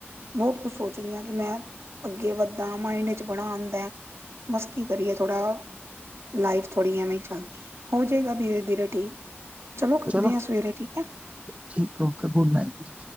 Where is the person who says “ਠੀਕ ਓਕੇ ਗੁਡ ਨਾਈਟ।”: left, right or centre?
Right